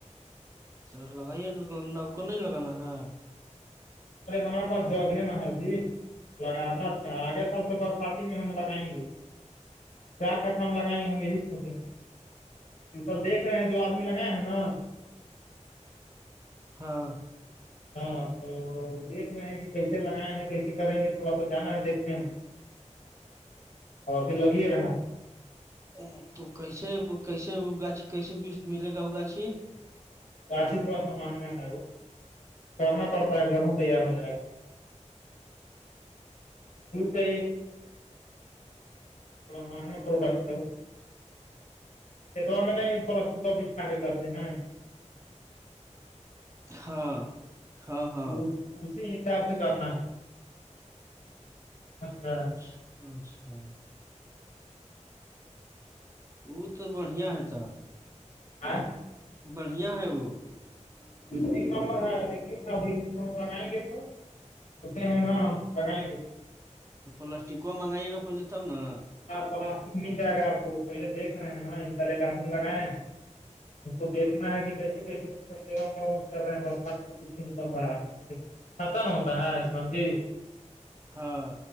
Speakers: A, on the right; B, on the left.
A: سر لگائیے نب کو نہیں لگانا ہے
B: ارے ہمارا پاس جگ ہے نہ ہر جی لگانا تھا آگے سال سے برساتی میں ہم لگائیں گے چار کٹھا لگائیں گے ہم یہی سوچ ج سر دیک رہے ہیں جو آدمی لگائے ہیں نا
A: ہاں
B: ہاں تو دیکھ رہے ہیں کہ کیسے لگائے ہیں کیسے کریں گے تھوڑا س جانا ہے دیکھ ہیں اور ابھی لگ ہی رہا
A: ا تو کیسے کیسے گ کیسے پیس ملے گا وہ گاچھی
B: اچھ ہی تھوڑا سا مانگنا ہے وہ کرنا پڑتا ہے گھروں تیار ہو جائے گا دا منگا پروڈٹ ہے کتوا میں نہیں کرتے ہیں نا
A: ہاں ہاں ہاں
B: اس اسی حساب سے کرنا ہے ہے
A: اچھا اچھا وہ تو بڑھیا ہےتا
B: آ
A: بڑھیا ہے وہ
B: ایک نمبر ہے دیکھیے ابھی اس کو مگائیں گے تو ک کر
A: تو پلاسٹک کا منگائیے گا پہلے تب نا
B: پلاسٹک مل جائے گا آپ کو پہلے دیک رہے ہیں نا انا الے گ آد لگائے ہیں ان کو دیکنا ہے کہ کیسے کیسے سوا محت کر رہے ہیں بات کچ ن کرل رہا ہے خرچا نہ ہوتا ہے اسلام جی
A: ہاں